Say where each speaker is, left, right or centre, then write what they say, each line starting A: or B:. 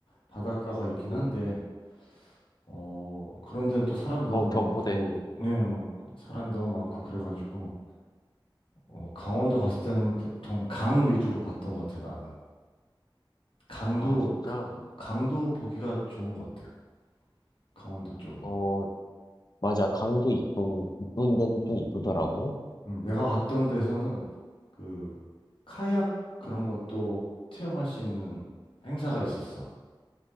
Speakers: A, on the left; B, on the left.
A: 바닷가가 있긴
B: 음.
A: 한데, 어, 그런 데는 또 사람이 너무
B: 어,
A: 많고,
B: 경포대.
A: 네, 어, 사람이 너무 많고, 그래가지고, 어, 강원도 갔을 때는 보통 강 위주로 봤던 것 같아, 나는. 강도,
B: 아, 진짜?
A: 가- 강도 보기가 좋은 것 같아, 강원도 쪽은.
B: 어, 맞아. 강도 이쁘, 이쁜 데는 또 이쁘더라고.
A: 음, 내가 갔던 데서는 그 카약 그런 것도 체험할 수 있는 행사가 있었어.